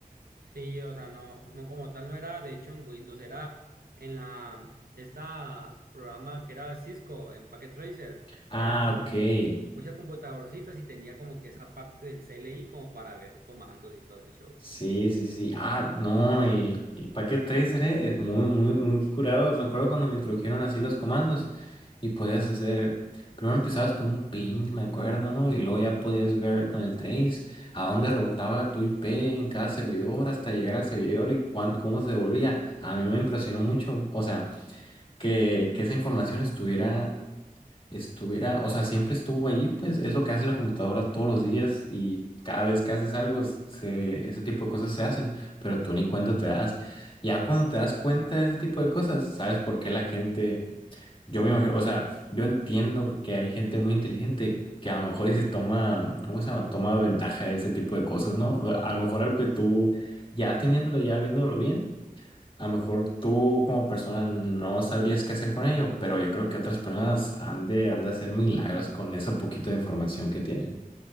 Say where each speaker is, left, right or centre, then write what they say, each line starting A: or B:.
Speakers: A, on the right; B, on the left.
A: Sí, o sea, no, no como tal no era, de hecho en Windows era en la, esta programa que era Cisco, en Packet Tracer,
B: Ah,
A: era como
B: ok.
A: que muchas computadorcitas y tenía como que esa parte del CLI como para ver comandos y todo ese show.
B: Sí, sí, sí. Ah, no, el, el Packet Tracer eh, es muy, muy, muy curado. Me acuerdo cuando me introdujeron así los comandos y podías hacer, primero empezabas con un ping, me acuerdo, ¿no? Y luego ya podías ver con el trace a dónde rebotaba tu IP en cada servidor hasta llegar al servidor y cuánto, cómo se devolvía. A mí me impresionó mucho, o sea, que, que esa información estuviera estuviera, o sea, siempre estuvo ahí, pues es lo que hace la computadora todos los días y cada vez que haces algo, se, ese tipo de cosas se hacen, pero tú ni cuenta te das. Ya cuando te das cuenta de ese tipo de cosas, sabes por qué la gente, yo me imagino, o sea, yo entiendo que hay gente muy inteligente que a lo mejor y se toma, ¿cómo se llama? Toma ventaja de ese tipo de cosas, ¿no? A lo mejor algo que tú ya teniéndolo, ya viéndolo bien. A lo mejor tú como persona no sabrías qué hacer con ello, pero yo creo que otras personas han de, han de hacer milagros con ese poquito de información que tienen.